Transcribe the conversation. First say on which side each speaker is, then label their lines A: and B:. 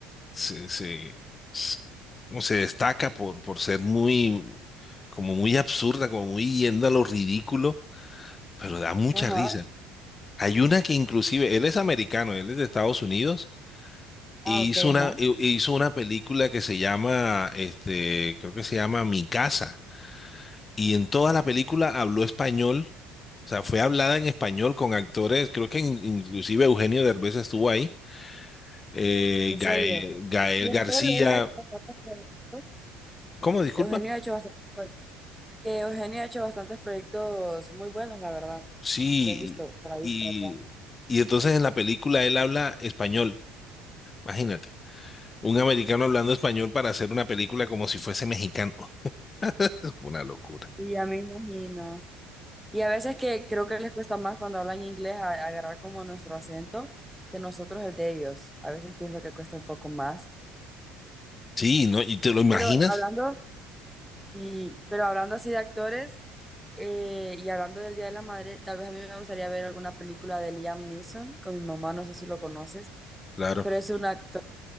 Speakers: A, on the left; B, in the centre.
A: se, se, s- como se destaca por, por ser muy, como muy absurda, como muy yendo a lo ridículo, pero da mucha
B: Ajá.
A: risa. Hay una que inclusive, él es americano, él es de Estados Unidos, y
B: Ah, ok,
A: hizo
B: ajá.
A: una, hi- hizo una película que se llama, este, creo que se llama Mi Casa, y en toda la película habló español O sea, fue hablada en español con actores, creo que in- inclusive Eugenio Derbez estuvo ahí, eh,
B: En
A: Gael,
B: serio.
A: Gael
B: Y después
A: García,
B: él ha hecho bastantes proyectos.
A: ¿cómo? Disculpa.
B: Eugenio ha hecho bastantes proyectos. Que Eugenio ha hecho bastantes proyectos muy buenos, la verdad.
A: Sí,
B: Lo he visto por ahí,
A: y,
B: por acá.
A: y entonces en la película él habla español, imagínate, un americano hablando español para hacer una película como si fuese mexicano, <laughs> una locura.
B: Y ya me imagino. Y a veces que creo que les cuesta más cuando hablan inglés a- agarrar como nuestro acento que nosotros el de ellos. A veces pienso que cuesta un poco más.
A: Sí, ¿no? ¿Y te lo imaginas?
B: Pero hablando, y, pero hablando así de actores eh, y hablando del Día de la Madre, tal vez a mí me gustaría ver alguna película de Liam Neeson con mi mamá, no sé si lo conoces,
A: Claro.
B: pero es un actor